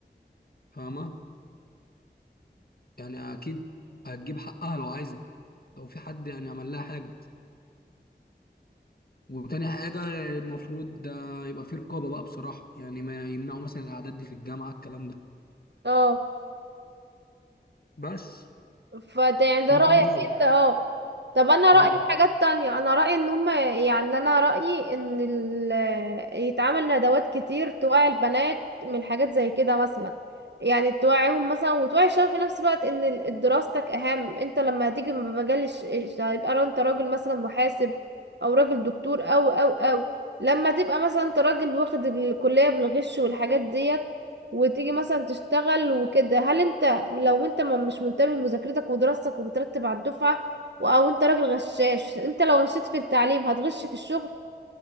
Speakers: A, on the left; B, on the right.
A: فاهمه يعني اكيد هتجيب حقها لو عايزه لو في حد يعني عمل لها حاجه وتاني حاجه المفروض ده يبقى في رقابه بقى بصراحه يعني ما يمنعوا مثلا الاعداد دي في الجامعه الكلام ده
B: اه
A: بس
B: فده يعني ده
A: انت
B: رأيك
A: ايه رايك
B: انت اه طب انا رأيي
A: اه
B: حاجات تانية انا رأيي ان هما يعني انا رأيي ان ال... يتعمل ندوات كتير توعي البنات من حاجات زي كده مثلا يعني توعيهم مثلا وتوعي الشباب في نفس الوقت ان ال- دراستك اهم انت لما هتيجي من مجال الش- الش- هيبقى انت راجل مثلا محاسب او راجل دكتور او او او لما تبقى مثلا انت راجل واخد الكلية بالغش والحاجات ديت وتيجي مثلا تشتغل وكده هل انت لو انت ما- مش منتبه لمذاكرتك ودراستك وبترتب على الدفعة و- او انت راجل غشاش انت لو غشيت في التعليم هتغش في الشغل